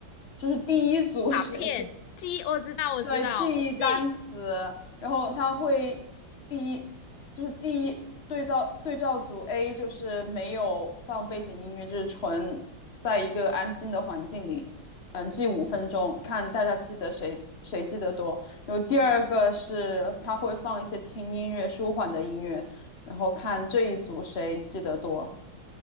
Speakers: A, on the left; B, on the left.
A: 就是第一组
B: 卡片机我知道我知道，
A: <laughs> 学生，对，记忆单词，
B: 这
A: 然后它会第一就是第一对照对照组 A 就是没有放背景音乐，就是纯在一个安静的环境里，嗯，记五分钟，看大家记得谁谁记得多。然后第二个是它会放一些轻音乐、
B: 比较多
A: 舒缓的音乐，然后看这一组谁记得多。